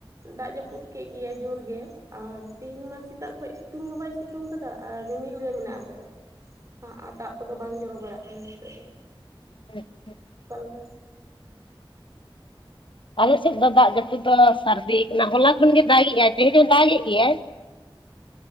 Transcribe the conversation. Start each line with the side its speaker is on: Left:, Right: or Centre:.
Right: ᱫᱟᱜ ᱡᱟᱹᱯᱩᱫ ᱠᱮᱫ ᱜᱮᱭᱟᱭ ᱡᱳᱨ ᱜᱮ ᱟᱨ ᱛᱤᱦᱤᱧ ᱢᱟ ᱥᱮᱛᱟᱜ ᱠᱷᱚᱭ ᱥᱤᱛᱩᱝ <unintelligible> ᱵᱟᱭ ᱥᱤᱛᱩᱝ ᱥᱤᱛᱩᱝ ᱠᱟᱫᱟ ᱟᱨ ᱨᱤᱢᱤᱞ ᱜᱮ ᱢᱮᱱᱟᱜ ᱟᱠᱟᱫᱟ ᱟᱨ ᱫᱟᱜ ᱠᱚᱫᱚ ᱵᱟᱝ ᱡᱚᱨᱚ ᱵᱟᱲᱟᱜ ᱠᱟᱱᱟ ᱱᱤᱛᱚᱜ ᱫᱚ
Left: ᱟᱪᱪᱷᱟ <unintelligible>
Right: ᱚᱠᱟ ᱞᱮᱠᱟ
Left: ᱟᱞᱮ ᱥᱮᱫ ᱫᱚ ᱫᱟᱜ ᱡᱟᱯᱩᱫ ᱫᱚ ᱥᱟᱨᱫᱤ ᱠᱟᱱᱟ, ᱦᱚᱞᱟ ᱠᱷᱚᱱ ᱜᱮ ᱫᱟᱜ ᱮᱫᱟᱭ ᱛᱮᱦᱚᱧ ᱦᱚ ᱫᱟᱜ ᱮᱫ ᱜᱮᱭᱟᱭ